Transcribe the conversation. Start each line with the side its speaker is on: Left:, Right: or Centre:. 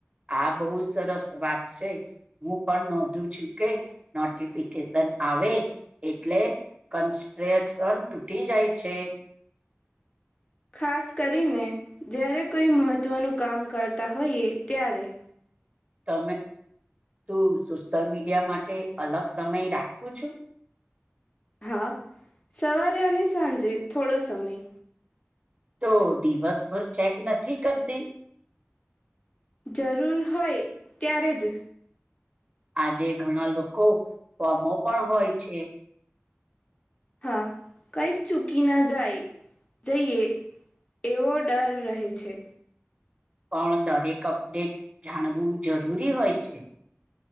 Right: આ બહુત સરસ વાત છે. હું પણ નોંધું છું કે નોટિફિકેશન આવે. એટલે કન્સ્ટ્રક્શન તૂટી જાય છે.
Left: ખાસ કરીને જ્યારે કોઈ મહત્ત્વનું કામ કરતા હોઈએ ત્યારે.
Right: તમે તું સોશિયલમીડિયા માટે અલગ સમય રાખો છું.
Left: હા સવારે અને સાંજે થોડો સમય.
Right: તો દિવસભર ચેક નથી કરતી.
Left: જરૂર હોય ત્યારે જ.
Right: આજે ઘણા લોકો ફોમો પણ હોય છે.
Left: હા કંઈક ચૂકી ના જાય જઈએ. એવો ડર રહે છે.
Right: પણ દરેક અપડેટ જાણવું જરૂરી હોય છે.